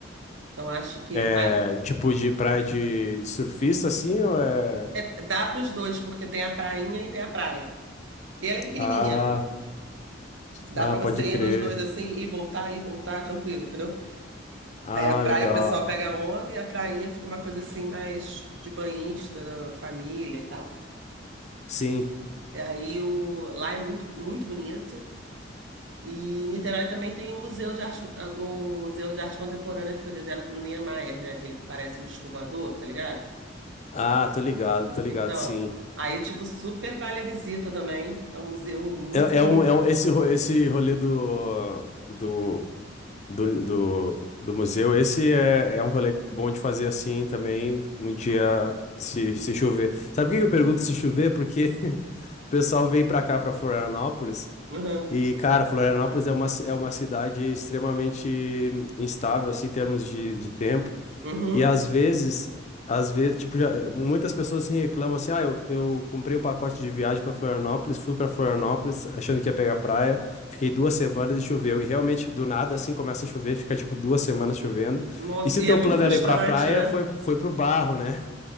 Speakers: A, on the right; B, on the left.
A: Então acho que
B: É
A: vale,
B: tipo de praia de, de surfista, assim, ou é.
A: é, dá para os dois, porque tem a prainha e tem a praia. E ela é pequenininha,
B: Ah,
A: dá
B: ah,
A: para
B: pode
A: você
B: crer.
A: ir nos dois assim e voltar e voltar tranquilo, entendeu?
B: Ah,
A: Aí a praia
B: legal.
A: o pessoal pega onda e a prainha fica uma coisa assim mais de banhista, família e tal.
B: Sim.
A: E Aí o, lá é muito, muito bonito. E Niterói também tem o Museu de Arte, ah, o Museu de Arte Contemporânea que foi desenhado pelo Niemeyer, né? Aquele que parece um disco voador, tá ligado?
B: Ah, tô ligado, tô ligado,
A: Então,
B: sim.
A: aí tipo super vale a visita também. É um museu muito
B: É,
A: bonito.
B: é um, é um, esse, ro- esse rolê do, do, do, do, do museu, esse é, é um rolê bom de fazer assim também, um dia se, se chover. Sabe por que que eu pergunto se chover? Porque <laughs> o pessoal vem pra cá, pra Florianópolis,
A: Uhum.
B: e, cara, Florianópolis é uma, ci- é uma cidade extremamente instável, assim, em termos de, de tempo.
A: Uhum.
B: E às vezes, às vezes, tipo, já, muitas pessoas assim, reclamam assim: ah, eu, eu comprei o pacote de viagem para Florianópolis, fui para Florianópolis achando que ia pegar praia, fiquei duas semanas e choveu. E realmente, do nada, assim, começa a chover, fica tipo duas semanas chovendo.
A: Nossa,
B: E se
A: e
B: o teu
A: é muito
B: plano
A: frustrante,
B: era ir pra praia,
A: né?
B: foi, foi pro barro, né?